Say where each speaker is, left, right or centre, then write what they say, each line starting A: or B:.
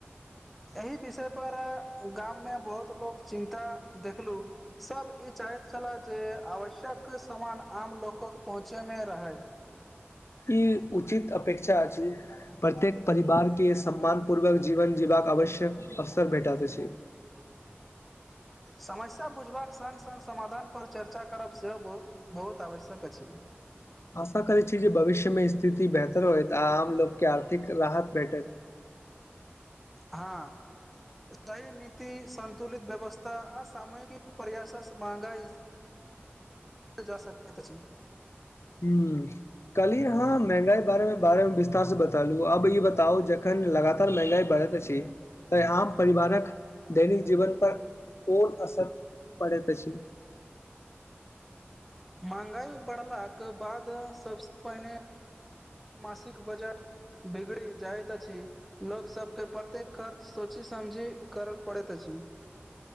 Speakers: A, in the centre; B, on the left.
A: एहि विषयपर गाममे बहुत लोक चिन्ता देखलू सभ ई चाहैत छलह जे आवश्यक सामान आम लोकक पहुँचेमे रहय
B: ई उचित अपेक्षा अछि प्रत्येक परिवारके सम्मान पूर्वक जीवन जीबाक आवश्यक अवसर भेटैत अछि
A: समस्या बुझबाक सङ्ग सङ्ग समाधान पर चर्चा करब सेहो बहुत आवश्यक अछि
B: आशा करैत छी जे भविष्यमे स्थिति बेहतर होइत आ आम लोकके आर्थिक राहत भेटैत
A: हँ सही नीति सन्तुलित व्यवस्था आ सामूहिक प्रयासस महंगाई जा सकत अछि <unintelligible>
B: हू कल्ही हम महंगाई बारे मे बारे में विस्तार से बतेलु अब ई बताउ जखन लगातार महंगाई बढ़त झ अछि तऽ आम परिवारक दैनिक जीवन पर कोन असर परैत अछि
A: महंगाई बढ़लाक बाद सबसे पहिने मासिक बजट बिगड़ी जाय छी लोक सबके प्रत्येक खर्च सोची समझी करल पड़ैत अछि